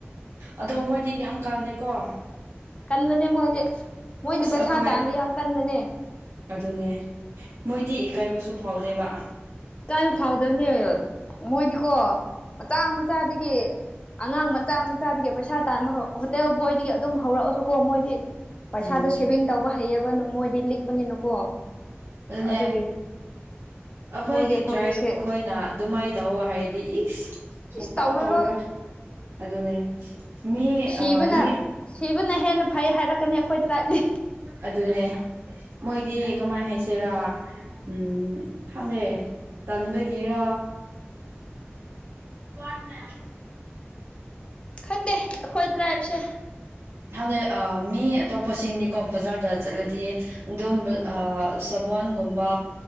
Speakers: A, on the right; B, on the left.
A: ꯑꯗꯣ ꯃꯣꯏꯗꯤ ꯌꯥꯝ ꯀꯜꯂꯦꯀꯣ
B: ꯀꯟꯕꯅꯦ ꯃꯣꯏꯗꯤ ꯃꯣꯏꯗꯤ
A: ꯑꯁ
B: ꯄꯩꯁꯥ
A: ꯑꯩꯈꯣꯏ
B: ꯇꯥꯟꯕ ꯌꯥꯝ ꯀꯟꯕꯅꯦ
A: ꯑꯗꯨꯅꯦ ꯃꯣꯏꯗꯤ ꯏꯀꯥꯏꯕꯁꯨ ꯐꯥꯎꯗꯦꯕ
B: ꯏꯀꯥꯏꯕ ꯐꯥꯎꯗꯕꯅꯦ ꯃꯣꯏꯗꯤꯀꯣ ꯃꯆꯥ ꯃꯆꯥꯗꯒꯤ ꯑꯉꯥꯡ ꯃꯆꯥ ꯃꯆꯥꯗꯒꯤ ꯄꯩꯁꯥ ꯇꯥꯟꯕ ꯍꯧ ꯍꯣꯇꯦꯜ ꯕꯣꯏꯗꯒꯤ ꯑꯗꯨꯝ ꯍꯧꯔꯛꯑꯁꯨꯀꯣ ꯃꯣꯏꯗꯤ ꯄꯩꯁꯥꯗꯣ
A: ꯎꯝ
B: ꯁꯦꯚꯤꯡ ꯇꯧꯕ ꯍꯩꯑꯕ ꯃꯣꯏꯗꯤ ꯂꯤꯛꯄꯅꯤꯅꯀꯣ
A: ꯑꯗꯨꯅꯦ
B: ꯑꯗꯨꯒꯤ
A: ꯑꯩꯈꯣꯏꯒꯤ
B: ꯃꯣꯏꯗꯤ ꯍꯧꯖꯤꯛꯁꯦ
A: ꯇ꯭ꯔꯥꯏꯞ ꯈꯣꯏꯅ ꯑꯗꯨꯃꯥꯏ ꯇꯧꯋꯣ ꯍꯥꯏꯔꯗꯤ ꯏꯁ ꯁꯨꯡꯇꯥꯎ
B: ꯏꯁ ꯇꯧꯔꯔꯣꯏ
A: ꯇꯥꯎꯔꯣꯏ ꯑꯗꯨꯅꯦ ꯃꯤ
B: ꯁꯤꯕꯅ
A: ꯃꯤ
B: ꯁꯤꯕꯅ ꯍꯦꯟꯅ ꯐꯩ ꯍꯥꯏꯔꯛꯀꯥꯅꯤ ꯑꯩꯈꯣꯏ ꯇ꯭ꯔꯥꯏꯞ ꯗꯤ
A: ꯑꯗꯨꯅꯦ ꯃꯣꯏꯗꯤ ꯀꯃꯥꯏ ꯍꯥꯏꯁꯤꯔꯥ ꯎꯝ ꯈꯪꯗꯦ ꯇꯟꯕꯒꯤꯔꯥ <unintelligible>
B: ꯈꯪꯗꯦ ꯑꯩꯈꯣꯏ ꯇ꯭ꯔꯥꯏꯕꯁꯦ
A: ꯈꯟꯗꯦ ꯑꯥ ꯃꯤ ꯑꯇꯣꯞꯄꯁꯤꯡꯗꯤꯀꯣ ꯕꯖꯥꯔꯗ ꯆꯠꯂꯗꯤ ꯑꯗꯨꯝ ꯑꯥ ꯁꯕꯣꯟꯒꯨꯝꯕ